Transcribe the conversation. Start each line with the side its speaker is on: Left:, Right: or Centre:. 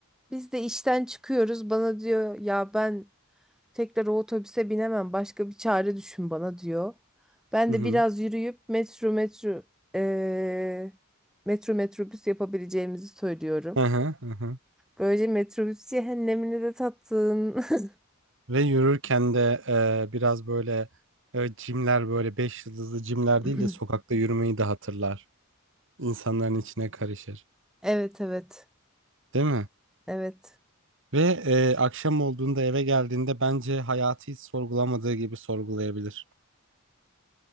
Centre: Biz de işten çıkıyoruz. Bana diyor ya ben tekrar o otobüse binemem. Başka bir çare düşün bana diyor. Ben
Right: Hı
Centre: de
Right: hı.
Centre: biraz yürüyüp metro metro eee, metro metrobüs yapabileceğimizi söylüyorum.
Right: Hı hı. Hı hı.
Centre: Böylece metrobüs cehennemini de tattın. <clears throat>
Right: Ve yürürken de e, biraz böyle e, cimler böyle beş yıldızlı cimler
Centre: <laughs>
Right: değil de sokakta yürümeyi de hatırlar. İnsanların içine karışır.
Centre: Evet evet
Right: Değil mi?
Centre: evet.
Right: Ve e, akşam olduğunda eve geldiğinde bence hayatı hiç sorgulamadığı gibi sorgulayabilir.